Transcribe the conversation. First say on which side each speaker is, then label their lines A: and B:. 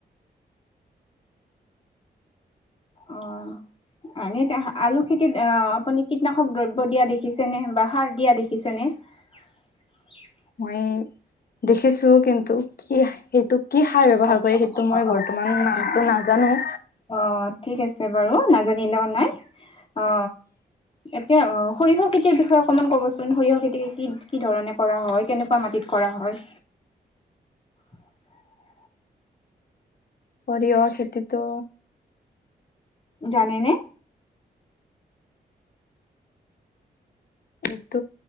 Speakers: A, on the left; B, on the left.
A: অহ' আমি তাহ আলু খেতিত অ' আপুনি কীটনাশক দ্ৰব্য দিয়া দেখিছে নে বা সাৰ দিয়া দেখিছে নে? <unintelligible>
B: মই দেখিছোঁ, কিন্তু কি সেইটোক কি সাৰ ব্যৱহাৰ
A: অ
B: কৰে
A: অ
B: সেইটো
A: অ অ
B: মই
A: অ
B: বৰ্তমান
A: দেখিছেনে
B: নামটো
A: আপুনি?
B: নাজানোঁ।
A: অ ঠিক আছে বাৰু, নাজানিলেও নাই অ' এতিয়া অ'সৰিয়হ খেতিৰ বিষয়ে অকণমান ক'বচোন সৰিয়হ খেতি কি কি ধৰণে কৰা হয়, কেনেকুৱা মাটিত কৰা হয়। <unintelligible>
B: সৰিয়হ খেতিতো।
A: জানে নে?
B: সেইটো